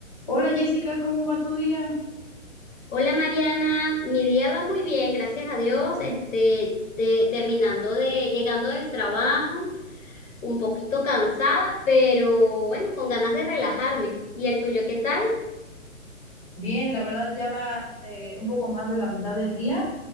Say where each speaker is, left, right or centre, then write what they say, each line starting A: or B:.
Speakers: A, on the left (about 25°); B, on the left (about 65°).
A: Hola Jessica, ¿cómo va tu día?
B: Hola Mariana, mi día va muy bien, gracias a Dios. Este, de- terminando de, llegando del trabajo, un poquito cansada, pero bueno, con ganas de relajarme. ¿Y el tuyo qué tal?
A: Bien, la verdad ya va eh, un poco más de la mitad del día